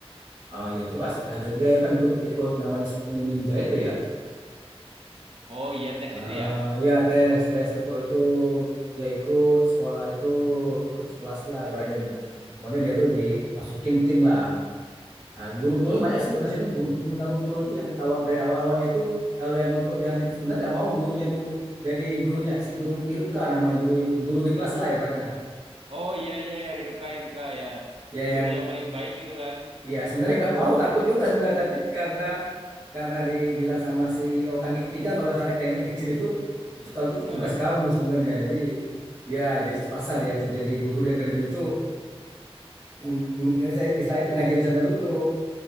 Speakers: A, on the right; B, on the right.
A: Ah ya itu bahasa ada ya ya kan ikut ikut namanya ninja itu ya
B: Oh iya tes
A: Heeh,
B: itu ya.
A: ya tes tes aku itu dia ikut sekolah itu ikut kelas lah ibaratnya. Kemudian dia tuh dimasukin tim lah. Nah, guru-gurunya banyak sih sebenarnya ini guru Naruto itu yang awal dari awal-awalnya itu kalau yang untuk yang itu sebenarnya nggak mau gurunya itu jadi gurunya si Iru- Iruka namanya guru guru di kelas lah ibaratnya.
B: Oh iya iya ya Iruka Iruka ya.
A: Ya
B: Guru
A: yang
B: yang paling baik gitu kan.
A: Iya, sebenarnya nggak mau takut juga sebenarnya, tapi karena karena dibilang sama si OKG ketiga kalau nggak salah yang pendek yang kecil itu itu kalau itu, tuh
B: Nah.
A: tugas kamu sebenarnya. Jadi ya jadi terpaksa dia tuh jadi guru di akademi itu mm, mm, ya saya istilahnya itu ngajarin saya Naruto.